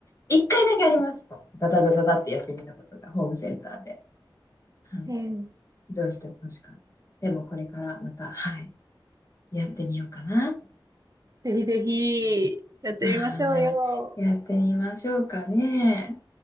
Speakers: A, on the left; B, on the right.
A: 一回だけありますと。ダダダダダってやってみたことがホームセンターで、はい、
B: えー、
A: どうしても欲しかった。でもこれからまた、はい、やってみようかな。
B: ぜひぜひ、やってみましょうよ。
A: はい。やってみましょうかね。